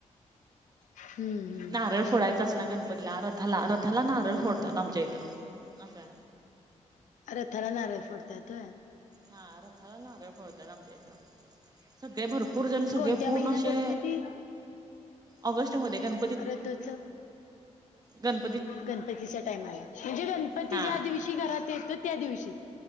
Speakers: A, on the left; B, on the right.
A: हम्म हम्म
B: नारळ फोडायचा असला गणपतीला रथाला रथाला नारळ फोडतात आमच्या इथं आसाा
A: अरे थरा नार फडतयेतय
B: हा रथाला नार्या फोडतात आमच्या इथं सगळे भरपूर जण सगळे
A: कोणत्या
B: पूर्ण
A: महिन्यात
B: अशे
A: असते ती
B: ऑगस्ट मध्ये गण
A: रथोचव
B: गणपतीचे
A: गणपती ला म्हणजे गणपती
B: हा
A: ज्या दिवशी घरात येतो त्या दिवशी